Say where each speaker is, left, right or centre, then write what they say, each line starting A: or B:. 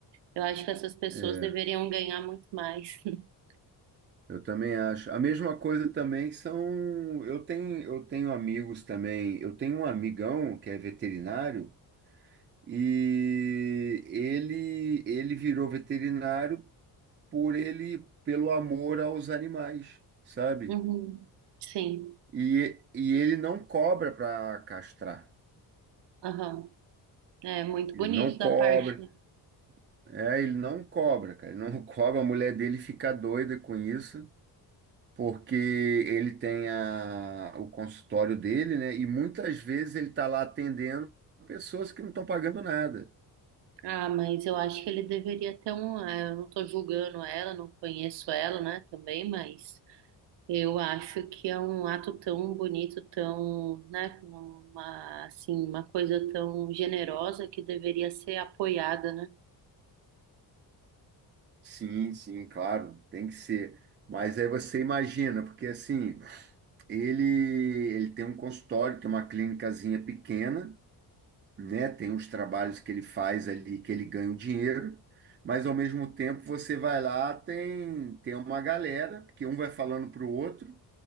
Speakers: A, on the right; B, on the right.
A: Eu acho que essas pessoas
B: É,
A: deveriam ganhar muito mais. <laughs>
B: Eu também acho. A mesma coisa também são. Eu tenho, eu tenho amigos também. Eu tenho um amigão que é veterinário e ele, ele virou veterinário por ele, pelo amor aos animais, sabe?
A: Uhum, Sim,
B: E, e ele não cobra para castrar.
A: aham. É muito
B: Ele
A: bonito
B: não cobra.
A: da parte. né?
B: É, ele não cobra, cara. Ele não <laughs> cobra. A mulher dele fica doida com isso. porque ele tem a- o consultório dele, né? E muitas vezes ele está lá atendendo pessoas que não estão pagando nada.
A: Ah, mas eu acho que ele deveria ter um. eh, Eu não tô julgando ela, não conheço ela, né, também, mas eu acho que é um ato tão bonito, tão, né, uma, assim, uma coisa tão generosa que deveria ser apoiada, né?
B: Sim, sim, claro, tem que ser. Mas aí você imagina, porque assim, ele ele tem um consultório, tem uma clínicazinha pequena, né? Tem uns trabalhos que ele faz ali que ele ganha o dinheiro, mas ao mesmo tempo você vai lá, tem tem uma galera, porque um vai falando para o outro